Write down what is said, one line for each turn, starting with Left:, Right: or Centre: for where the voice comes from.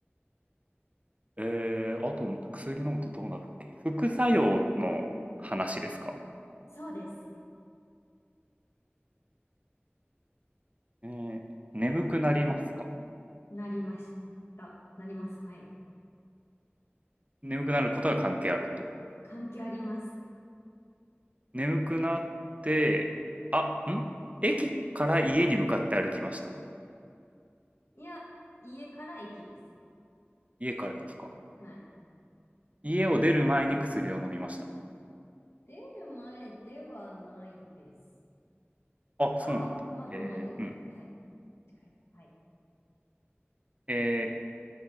Right: えー、あと、薬飲むとどうなるっけ副作用の話ですか
Left: <laughs> そうです。
Right: えー、眠くなりますか
Left: なりました。なります。はい。
Right: 眠くなることが関係あると。
Left: 関係あります。
Right: 眠くなって、あ、ん駅から家に向かって歩きました。
Left: いや、家から駅です。
Right: 家から駅か。
Left: はい。
Right: 家を出る前に薬を飲みましたか
Left: 出る前ではないです
Right: あ、
Left: が、
Right: そうなんだ。
Left: まあまあまあ、
Right: えー、
Left: でも、
Right: うん。
Left: はい。近いです。はい。
Right: え